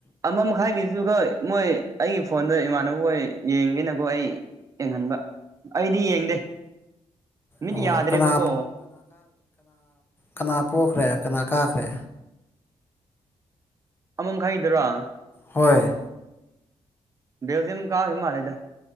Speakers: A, on the right; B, on the left.
A: ꯑꯃ ꯃꯈꯥꯏꯒꯤ ꯗꯨꯒ ꯃꯣꯏ ꯑꯩꯒꯤ ꯐꯣꯟꯗ ꯏꯃꯥꯟꯅꯕ ꯍꯣꯏ ꯌꯦꯡꯒꯦꯅꯀꯣ ꯑꯩ ꯌꯦꯡꯍꯟꯕ ꯑꯩꯗꯤ ꯌꯦꯡꯗꯦ ꯃꯤꯠ
B: ꯑꯣ
A: ꯌꯥꯗ꯭ꯔꯦꯕꯀꯣ
B: ꯀꯅꯥ ꯀꯅꯥ ꯄꯣꯛꯈ꯭ꯔꯦ ꯀꯅꯥ ꯀꯥꯈ꯭ꯔꯦ
A: ꯑꯃ ꯃꯈꯥꯏ ꯒꯤꯗꯨꯔꯣ
B: ꯍꯣꯏ
A: ꯕꯦꯜꯖꯤꯌꯝ ꯀꯥꯈꯤ ꯃꯜꯂꯦꯗꯥ